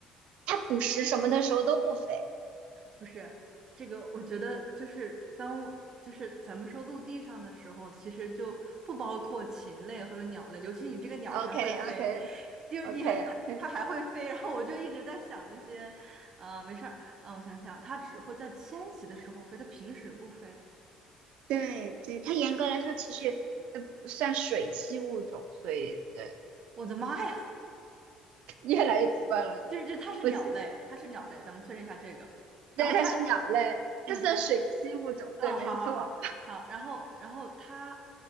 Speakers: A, on the right; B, on the right.
A: 它捕食什么的时候都不飞。
B: 不是这个，我觉得就是当我就是咱们说陆地上的时候，其实就不包括禽类或者鸟类，尤其你这个鸟还会飞，
A: o k o k
B: <laughs> 就是你还它它还会飞，
A: o k o k
B: 然后我就一直在想一些，呃，没事儿，呃，我想想，它只会在迁徙的时候飞，它平时不飞，
A: 对对，它严格来说其实呃算水栖物种，
B: 就是
A: 所以对。
B: 我的妈呀，
A: 越来越奇怪了，
B: <laughs>
A: 是吗？
B: 就是这它是鸟类，
A: 我记，
B: 它是鸟类，咱们确认一下这个，
A: 对，
B: 然后它。
A: 它是鸟类，
B: 嗯。
A: 它算水栖物种，
B: 哦，
A: 对，没错，
B: 好好好好，然后然后它